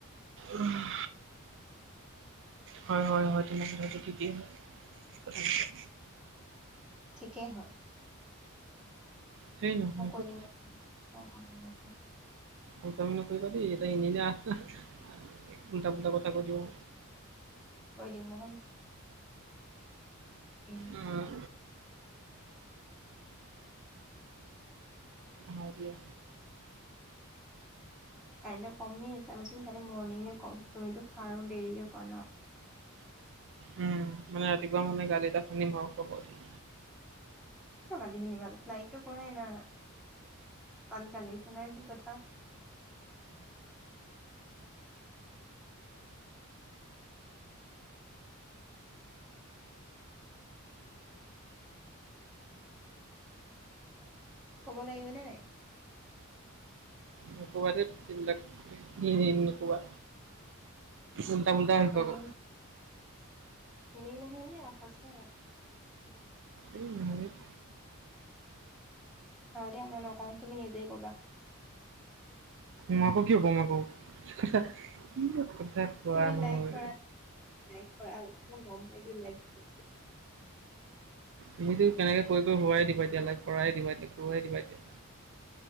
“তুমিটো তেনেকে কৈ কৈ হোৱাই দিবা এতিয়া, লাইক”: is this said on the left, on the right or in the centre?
Right